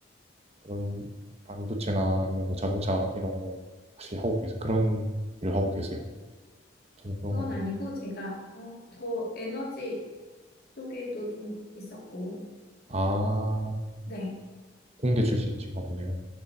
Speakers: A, on the right (about 35°); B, on the left (about 55°).
A: 그런 반도체나 아니면 뭐 자동차 이런 거 혹시 하고 계세요? 그런 일을 하고 계세요? 저는 그런
B: 그건
A: 건,
B: 아니고 제가 어, 저 에너지 쪽에도 좀 있었고,
A: 아,
B: 네.
A: 공대
B: 그,
A: 출신이신가 보네요.